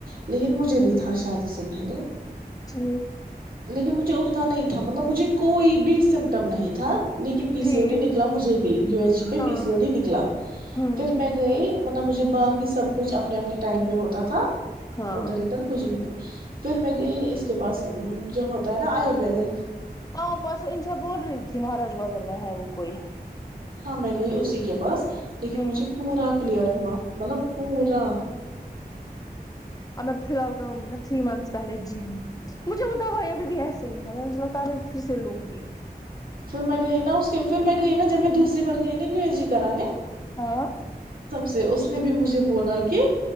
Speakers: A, on the right (about 60°); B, on the left (about 20°).
A: لیکن مجھے بھی تھا شاید اس سے پہلے
B: جٹی
A: لیکن مجھے اتنا نہیں تھا مطلب مجھے کوئی بھی سمٹم نہیں تھا لیکن پی
B: ٹھیک
A: سی او ڈی نکلا مجھے بھی یو ایس جی پہ
B: ہاں
A: پی س او ڈی نکلا
B: ہوں
A: پھر میں گئی مطلب مجھے باقی سب کچھ اپنے اپنے ٹائم پہ ہوتا تھا
B: ہاں
A: ادھر ادھر کچھ بھی نہیں پھر میں گئی اس کے پاس جو ہوتا ہے نا آیورویدک
B: ہاں پرس انشا بول رہی تھی مہاراج بازار میں ہے وہ کوئی
A: ہاں میں گئی اسی کے پاس لیکن
B: ہوں
A: مجھے پورا کلیئر ہوا مطلب پورا
B: اب میں فی الحال کروں گی نا تھری منتھس پہلے جم مجھے بدا وہ ابھی بھی ایسے ہی ہے میں مجھے لگتا ہے میں پھر سے لوں گی
A: پھر میں گئی نا اس کے پھر میں گئی نا جب میں دوسری بار گئی نا کیوں ای جی کراان
B: ہاں
A: سے اس نے بھی مجھے بولا کہ